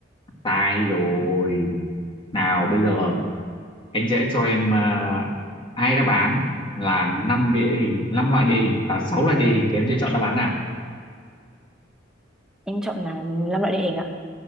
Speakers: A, on the left; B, in the centre.
A: sai rồi nào bây giờ anh sẽ cho em à, hai đáp án là năm địa hình năm loại địa hình và sáu loại địa hình thì em sẽ chọn đáp án nào
B: em chọn là năm loại địa hình ạ